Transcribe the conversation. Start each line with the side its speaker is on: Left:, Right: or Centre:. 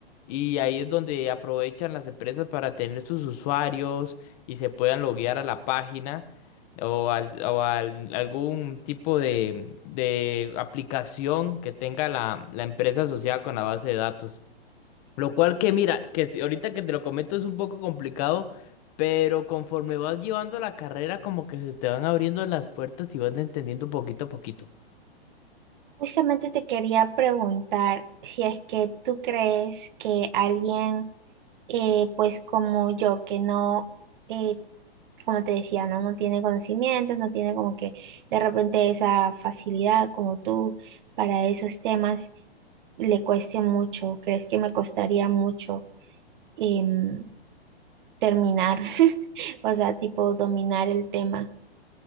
Left: y ahí es donde aprovechan las empresas para tener sus usuarios y se puedan loguear a la página o, al- o al- algún tipo de, de aplicación que tenga la, la empresa asociada con la base de datos. Lo cual que mira, que si- ahorita que te lo comento es un poco complicado, pero conforme vas llevando la carrera como que se te van abriendo las puertas y vas entendiendo poquito a poquito.
Right: Justamente te quería preguntar si es que tú crees que alguien eh, pues como yo, que no, eh, como te decía, ¿no? No tiene conocimientos, no tiene como que de repente esa facilidad como tú para esos temas, le cueste mucho, crees que me costaría mucho em, terminar, <laughs> o sea, tipo dominar el tema.